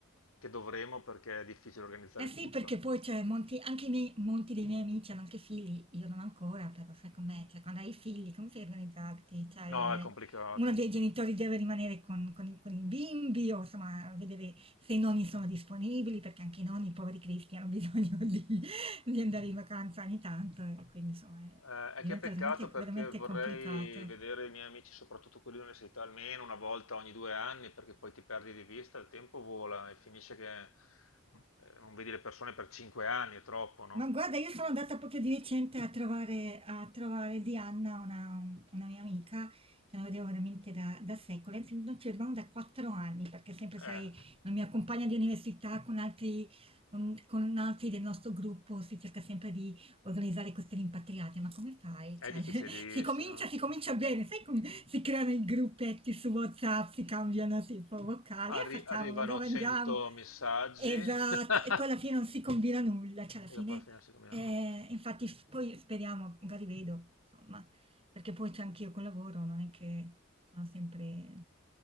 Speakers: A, on the left; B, on the right.
A: che dovremo perché è difficile organizzare
B: Eh sì,
A: tutto.
B: perché poi c'è molti, anche i miei, molti dei miei amici hanno anche figli, io non ancora, però sai com'è, cioè quando hai figli come fai a organizzarti? Cioè,
A: No,
B: il-
A: è complicato.
B: uno dei genitori deve rimanere con, con i, con i bimbi o insomma vedere se i nonni sono disponibili, perché anche i nonni, poveri cristi, hanno bisogno <laughs> di, di andare in vacanza ogni tanto e quindi insomma è-
A: Eh, è
B: diventa
A: che peccato
B: veramente, veramente
A: perché vorrei
B: complicato.
A: vedere i miei amici, soprattutto quelli dell'università, almeno una volta ogni due anni, perché poi ti perdi di vista, il tempo vola e finisce che eh, non vedi le persone per cinque anni, è troppo, no?
B: Ma guarda, io sono andata proprio di recente a trovare, a trovare Diana, una, una mia amica, che non vedevo veramente da, da secoli, anzi non ci vedevamo da quattro anni, perché sempre, sai,
A: Eh,
B: la mia compagna di università con altri, un- con altri del nostro gruppo si cerca sempre di organizzare queste rimpatriate, ma come fai?
A: è
B: Cioè,
A: difficilissimo.
B: <laughs> si comincia, si comincia bene, sai come si creano i gruppetti su WhatsApp, si cambiano tipo vocali,
A: Arri-
B: e facciamolo,
A: arrivano
B: dove
A: 100
B: andiamo?
A: messaggi
B: Esatto,
A: <laughs>
B: e poi alla fine non si combina nulla, cioè alla
A: e
B: fine...
A: dopo alla fine si cambiano.
B: Eh, infatti f poi speriamo, magari vedo, insomma, perché poi c'è anch'io col lavoro, non è che sono sempre